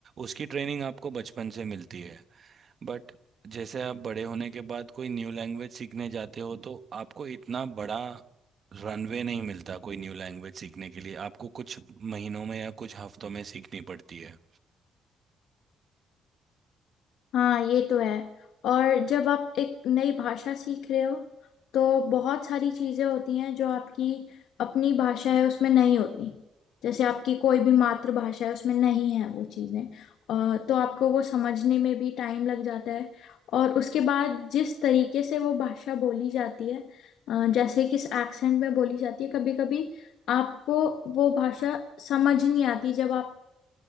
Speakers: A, on the right (about 40°); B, on the left (about 80°).
A: उसकी ट्रेनिंग आपको बचपन से मिलती है बट जैसे आप बड़े होने के बाद कोई न्यू लैंग्वेज सीखने जाते हो तो आपको इतना बड़ा रनवे नहीं मिलता कोई न्यू लैंग्वेज सीखने के लिए आपको कुछ महीनों में या कुछ हफ्तों में सीखनी पड़ती है
B: हाँ ये तो है और जब आप एक नई भाषा सीख रहे हो तो बहुत सारी चीजें होती हैं जो आपकी अपनी भाषा है उसमें नहीं होती जैसे आपकी कोई भी मातृभाषा है उसमें नहीं है वो चीजें अ, तो आपको वो समझने में भी टाइम लग जाता है और उसके बाद जिस तरीके से वो भाषा बोली जाती है अ, जैसे किस एक्सेंट में बोली जाती है कभी कभी आपको वो भाषा समझ नहीं आती जब आप